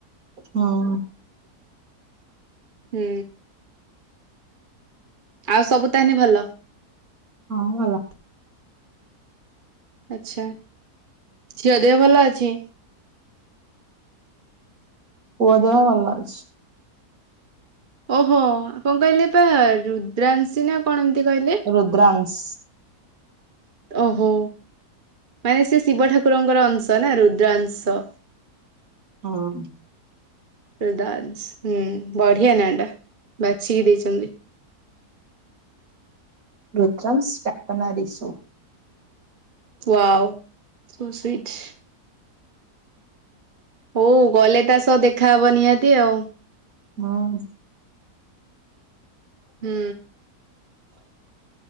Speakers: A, on the right; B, on the right.
A: ହଁ।
B: ହୁଁ। ଆଉ ସବୁ ତାହେଲେ ଭଲ?
A: ହଁ ଭଲ।
B: ଆଛା ଝିଅ ଦେହ ଭଲ ଅଛି?
A: ପୁଅ ଦେହ ଭଲ ଅଛି।
B: ଓହୋ କଣ କହିଲେ ବା ରୁଦ୍ରାଂଶୀ ନା କଣ ଏମିତି କହିଲେ?
A: ରୁଦ୍ରାଂଶ।
B: ଓହୋ। ମାନେ ସେ ଶିବ ଠାକୁରଙ୍କର ଅଂଶ ନା ରୁଦ୍ରାଂଶ।
A: ହଁ।
B: ରୁଦ୍ରାଂଶ ହୁଁ ବଢିଆ ନାଁ ଟା ବାଛିକି ଦେଇଛନ୍ତି।
A: ରୁଦ୍ରାଂଶ ଡାକ ନାଁ ରିିସୁ।
B: Wow so sweet. ହଉ ଗଲେ ତା ସହ ଦେଖାହବ ନିହାତି ଆଉ।
A: ହଁ।
B: ହୁଁ।